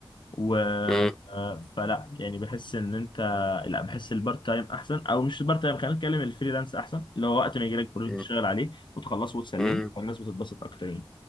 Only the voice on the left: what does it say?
و
آه، فلا يعني بحس ان انت لا بحس البارت تايم احسن او مش البارت تايم خلينا نتكلم الفريلانس احسن اللي هو وقت ما يجي لك بروجكت
تشتغل عليه وتخلصه وتسلمه
والناس بتتبسط اكتر يعني.